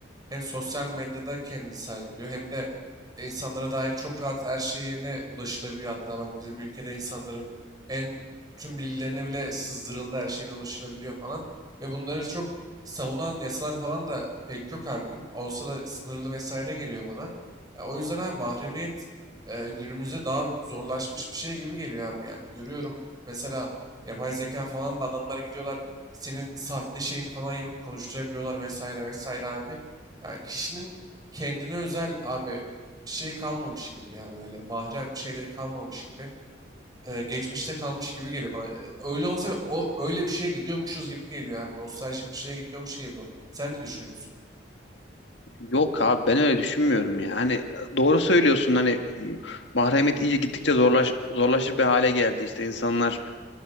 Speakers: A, on the right; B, on the left.
A: hem sosyal medyada kendini sergiliyor hem de insanlara dair çok rahat her şeyine ulaşılabiliyor. Hatta bak bizim ülkede insanların en tüm bilgilerine bile sızdırıldı her şeyine ulaşılabiliyor falan. Ve bunları çok savunan yasalar falan da pek yok abi. Olsa da sınırlı vesaire geliyor bana. Ya o yüzden abi mahremiyet e, günümüzde daha zorlaşmış bir şey gibi geliyor abi yani. Görüyorum mesela yapay zeka falan da adamlara gidiyorlar senin sahte şeyini falan yapıp konuşturabiliyorlar vesaire vesaire abi. Yani kişinin kendine özel abi bir şey kalmamış gibi ya böyle mahrem şeyleri kalmamış gibi e, geçmişte kalmış gibi geliyor bana. E, Öyle olsa bile o öyle bir şeye gidiyormuşuz gibi geliyor abi. Nostaljik bir şeye gidiyormuş gibi bu. Sen ne düşünüyorsun?
B: Yok abi ben öyle düşünmüyorum ya. Hani doğru söylüyorsun hani m, mahremiyet iyice gittikçe zorlaş, zorlaşır bir hale geldi. İşte insanlar